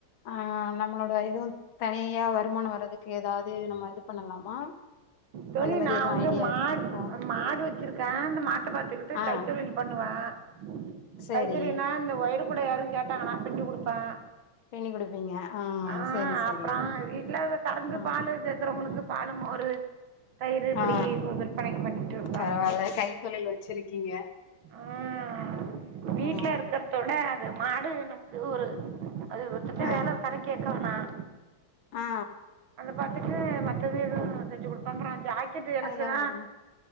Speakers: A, on the left (about 80°); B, on the right (about 75°).
A: ஆஹ் நம்மளோட எதுவும் தனியா வருமானம் வர்றதுக்கு ஏதாவது நம்ம இது பண்ணலாமா
B: தோழி
A: அந்த மாரி
B: நான்
A: எதுவும்
B: வந்து
A: ஐடியா
B: மாடு
A: இருக்கா
B: மாடு வச்சிருக்கேன் அந்த மாட்ட பாத்துக்கிட்டு
A: ஆ
B: கைத்தொழில் பண்ணுவேன்
A: சரி
B: கைதொழில்னா அந்த ஓயர் கூட யாரும் கேட்டாங்கன்னா பின்னி குடுப்பேன்
A: பின்னி குடுப்பீங்க ஆ
B: ஆஹ்
A: சரி சரி
B: அப்புறம் வீட்டுல கறந்து
A: ஆ
B: பாலு கேக்குறவங்களுக்கு பாலு மோர்ரு தயிர் இப்படி
A: ஆ
B: விற்பனைக்கு பண்ணிட்டு இருக்கேன்
A: பரவால்ல கைத்தொழில் வச்சிருக்கீங்க
B: ஆஹ வீட்டுல
A: ஆ
B: இருக்கிறத விட அது மாடு நமக்கு ஒரு அது ஒருத்தட்ட
A: ஆ
B: வேலை ஒரு கடன் கேக்கவேணாம்
A: ஆ
B: பாத்துட்டு மத்தது ஏதும் செஞ்சு குடு பண்றோம் ஜாய் ட்டு எனக்குன்னா
A: அதுல வருமா